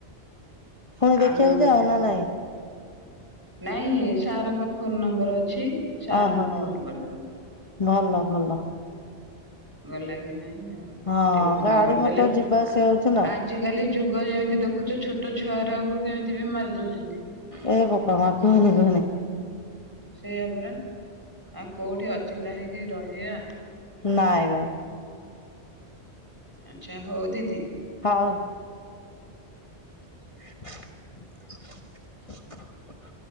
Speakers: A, on the left; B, on the right.
A: ପୁଣି ଦେଖିବାକୁ
B: ଆମେ ଏମିତି
A: ଯାଅ
B: ହଉ
A: ନା ନାଇଁ?
B: ନାଇଁ ସାର୍ ଙ୍କ ଫୋନ୍ ନମ୍ବର୍ ଅଛି। ସାରଙ୍କୁ
A: ଓ ହୋ ହ
B: ଫୋନ କରିଦବୁ
A: ଭଲ ଭଲ।
B: ଗଲା କି ନାଇଁ ଆଉ
A: ହଁ
B: ଟିକେ ଫୋନ
A: ଗାଡି
B: କରିଦେଲେ
A: ମଟର ଯିବା ଆସିବା
B: ଆ
A: ହଉଛି ନା।
B: ଆଜିକାଲି ଯୁଗ ଯେମିତି ଦେଖୁଛ ଛୋଟ ଛୁଆରାଙ୍କୁ କେମିତି ବି ମାରି ଦଉଛନ୍ତି।
A: ଏ ବୋପା ମା କୁହନୀ କୁହନୀ।
B: ସେଇଆ ପରା ଆଉ କୋଉଠି ଅଚିନ୍ତା ହେଇକି ରହିବା।
A: ନାଇଁ ବା।
B: ଆଚ୍ଛା ହଉ ଦିଦି
A: ହଉ। <inaudible> <inaudible>